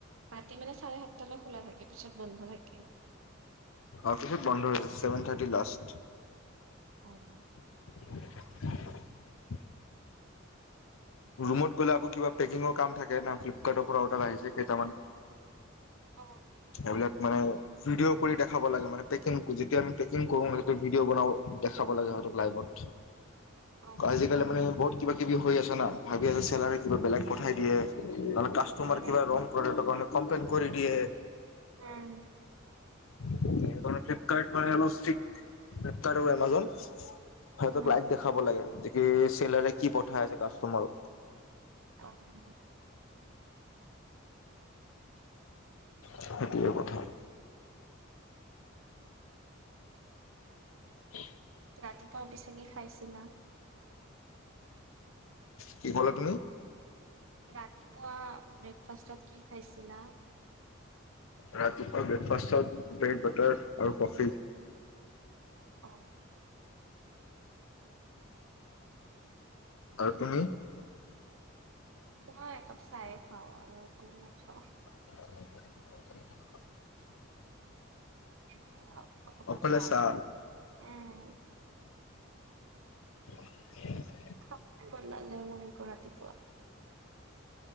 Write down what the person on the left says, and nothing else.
অফিছত বন্ধ হৈছে, ছেভেন থাৰ্টি লাষ্ট।
<inaudible> ৰুমত গ'লে আকৌ কিবা পেকিঙৰ কাম থাকে না ফ্লিপকাৰ্টৰ পৰা অৰ্ডাৰ আহিছে কেইটামান।
এইবিলাক মানে ভিডিঅ' কৰি দেখাব লাগে মানে, পেকিং যেতিয়া আমি পেকিং কৰো, সেইটো ভিডিঅ বন দেখাব লাগে হয় লাইভত।
আজিকালি মানে বহুত কিবা কিবি হৈ আছে। ভাবি আছে চেলাৰ কিবা বেলেগ পঠাই দিয়ে, নহ কাষ্টমাৰ
কিবা ৰ ানে কমপ্লেইন কৰি দিয়ে।
ফ্লিপকাৰ্ মানিক, ফ্লপকাৰ্ এমোজন। সিতক
লাইভ দেখাব লাগে যে কি চেলৰে কি পঠাই আছে কাষ্টমাৰক।
সেইটোৱে কথা। উম।
কি কলা তুমি?
ৰাতিপুৱা ব্ৰেকফাষ্টত ব্ৰেড বাটাৰ আৰু কফি।
আৰু তুমি?
<inaudible>
অকল
এছা?
<inaudible>